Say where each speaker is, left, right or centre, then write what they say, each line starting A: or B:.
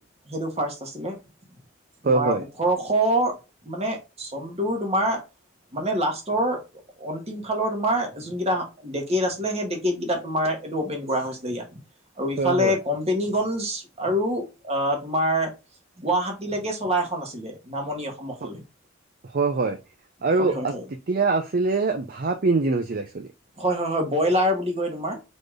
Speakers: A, on the right; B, on the right.
A: সেইটো ফাৰ্ষ্ট আছিলে তোমাৰ
B: হয় হয়
A: ওঠৰশ মানে চনটোুৰ তোমাৰ মানে লাষ্টৰ অন্তিম ফালৰ তোমাৰ যোনকেইটা ডেকট আছিলে সেই ডেকট কেইটা তোমাৰ এইটো অপেন কৰা হৈছিলে ইয়াত। আৰু ইফালে
B: হয় হয়
A: কোম্পেনীগঞ্জ আৰু আহ তোমাৰ গুৱাহাটীলৈকে চলা এখন আছিলে নামনি অসমৰ
B: অ
A: ফালে।
B: হয় হয় আৰু
A: হয় হয় হয়
B: তেতিয়া আছিলে ভাপ ইঞ্জিন হৈছিলে একচুৱেলি।
A: হয় হয় হয় ব্ৰইলাৰ বুলি কয় তোমাৰ।